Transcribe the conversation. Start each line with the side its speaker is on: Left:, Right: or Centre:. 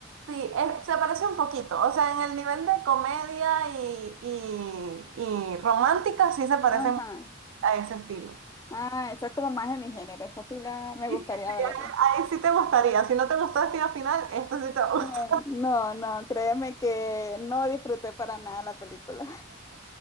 Right: Sí, es- se parece un poquito. O sea, en el nivel de comedia y, y, y romántica sí se parece
Left: Ajá.
Right: mucho a ese estilo.
Left: Ah, esa es como más de mi género, esa sí la me
Right: Y
Left: gustaría
Right: sí, sí,
Left: verla.
Right: ahí, ahí sí te gustaría. Si no te gustó Destino Final, esto sí te gusta.
Left: Ay,
Right: <laughs>
Left: no, no, créeme que no disfruté para nada la película.